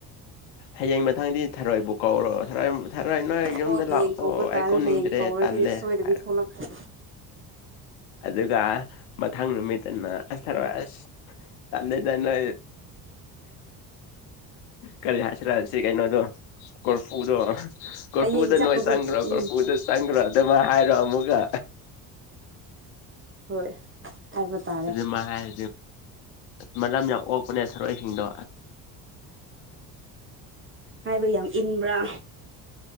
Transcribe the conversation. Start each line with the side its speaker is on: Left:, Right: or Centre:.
Left: ꯍꯌꯦꯡ ꯃꯊꯪꯗꯤ ꯊꯔꯣꯏꯕꯨ ꯀꯧꯔꯣꯑꯣ ꯊꯔꯣꯏ ꯊꯔꯣꯏ ꯅꯣꯏ ꯌꯨꯝꯗ
Right: ꯍꯣꯏ ꯍꯌꯦꯡ
Left: ꯂꯥꯛꯑꯣ
Right: ꯀꯧꯕ ꯇꯥꯔꯦ
Left: ꯑꯩ ꯀꯨꯝꯅꯤꯡꯗ꯭ꯔꯦ
Right: ꯍꯌꯦꯡ ꯀꯧꯔꯗꯤ
Left: ꯇꯜꯂꯦ
Right: ꯁꯣꯏꯗꯕꯤ
Left: ꯍꯥꯏꯔ
Right: ꯊꯣꯛꯂꯛꯇꯦ
Left: ꯑꯗꯨꯒ ꯃꯊꯪ ꯅꯨꯃꯤꯠꯅ ꯊꯔ ꯑꯁ ꯇꯥꯟ ꯂꯩ ꯇꯅ ꯀꯔꯤ ꯍꯥꯏꯁꯤꯔꯛꯑꯁꯤ ꯀꯩꯅꯣꯗꯣ ꯀꯣꯔꯐꯨꯗꯣ ꯀꯣꯏꯄꯕꯨꯗ
Right: ꯍꯌꯦꯡ ꯆꯠꯄꯗꯣ
Left: ꯅꯣꯏ ꯆꯥꯡꯒ꯭ꯔ ꯄ
Right: ꯎꯝ
Left: ꯐꯨꯗ ꯆꯥꯡꯒ꯭ꯔ ꯗꯃ ꯍꯥꯏꯥꯏꯔꯣ ꯑꯃꯃꯨꯀ
Right: ꯍꯣꯏ ꯍꯥꯏꯕ ꯇꯥꯔꯦ
Left: ꯑꯗꯨ ꯃꯥ ꯍꯥꯏ ꯃ ꯃꯔ ꯌꯥꯝ ꯑꯣꯛꯄꯅꯦ ꯊꯔꯛꯏꯁꯤꯡꯗꯣ
Right: ꯍꯥꯏꯕ ꯌꯥꯝ ꯏꯟꯕ꯭ꯔꯥ